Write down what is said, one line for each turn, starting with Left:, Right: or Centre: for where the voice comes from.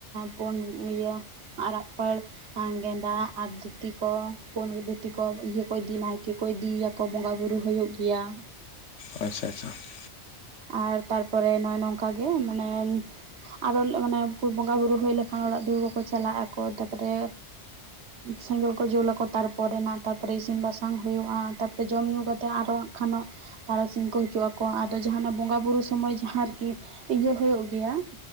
Right: ᱯᱚᱱᱰ ᱤᱭᱟᱹ ᱟᱨᱟᱜ ᱯᱟᱹᱲ ᱜᱮᱸᱫᱟᱜ ᱟᱨ ᱫᱷᱩᱛᱤ ᱠᱚ ᱯᱩᱰ ᱜᱮ ᱫᱷᱩᱛᱤ ᱠᱚ ᱤᱭᱟᱹ ᱠᱚ ᱤᱫᱤ ᱱᱟᱭᱠᱮ ᱠᱚ ᱤᱫᱤᱭᱮᱭᱟᱠᱚ ᱵᱚᱸᱜᱟ ᱵᱩᱨᱩ ᱦᱩᱭᱩᱜ ᱜᱮᱭᱟ ᱾
Left: ᱟᱪᱷᱟ ᱟᱪᱷᱟ ᱾
Right: ᱟᱨ ᱛᱟᱨ ᱯᱚᱨᱮ ᱱᱚᱜᱼᱚᱭ ᱱᱚᱝᱠᱟ ᱜᱮ ᱢᱟᱱᱮ ᱟᱨᱚ ᱢᱟᱱᱮ ᱵᱚᱸᱜᱟᱼᱵᱩᱨᱩ ᱦᱩᱭ ᱞᱮᱠᱷᱟᱱ ᱚᱲᱟᱜ ᱫᱩᱣᱟᱹᱨ ᱠᱚᱠᱚ ᱪᱟᱞᱟᱜ ᱟᱠᱚ ᱛᱟᱨᱯᱚᱨᱮ ᱥᱮᱸᱜᱮᱞ ᱠᱚ ᱡᱩᱞᱟᱠᱚ ᱛᱟᱨᱯᱚᱨᱮᱱᱟᱜ ᱛᱟᱯᱚᱨᱮ ᱤᱥᱤᱱ ᱵᱟᱥᱟᱝ ᱦᱩᱭᱩᱜᱼᱟ ᱛᱟᱯᱚᱨᱮ ᱡᱚᱢ ᱧᱩ ᱠᱟᱛᱮ ᱛᱮ ᱟᱨᱚᱜ ᱠᱷᱟᱱᱚᱜ ᱛᱟᱨᱟᱥᱤᱧ ᱠᱚ ᱦᱤᱡᱩᱜ ᱟᱠᱚ ᱟᱫᱚ ᱡᱟᱦᱟᱱᱟᱜ ᱵᱚᱸᱜᱟ ᱵᱳᱩᱨᱩᱳ ᱥᱚᱢᱚᱭ ᱡᱟᱦᱟᱸ ᱨᱮᱠᱤ ᱤᱭᱟᱹ ᱦᱩᱭᱩᱜ ᱜᱮᱭᱟ